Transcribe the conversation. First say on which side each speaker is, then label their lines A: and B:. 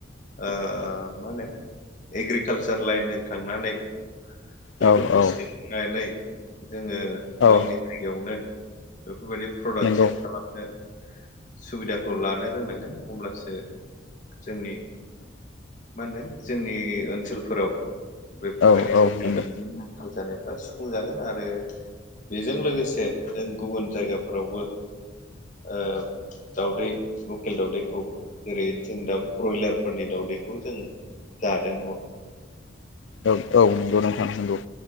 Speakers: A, on the left; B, on the left.
A: ओ मा होनो एग्रिकालसार लाइनजों थांनानै
B: औ
A: बेफोरखौ
B: औ
A: सोलोंनानै जोङो
B: औ
A: गावनि जायगायावनो बेफोरबायदि प्रडाक्सन
B: नंगौ
A: खालाम सुबिदाखौ लानो रोंनांगोन अब्लासो जोंनि मा होनदों जोंनि ओनसोलफोराव बेफोरबायदि
B: औ औ
A: लकेल
B: नंगौ
A: <unintelligible> आखांल जानायफ्रा सुफुं जागोन। आरो बेजों लोगोसे जों गुबुन जायगाफोरावबो ओब दाउदै लकेल दावदैखौ जेरै जों दा ब्रयलारफोरनि दावदैखौ जों जादों न'
B: औ औ नंगौ नोंथां नंगौ।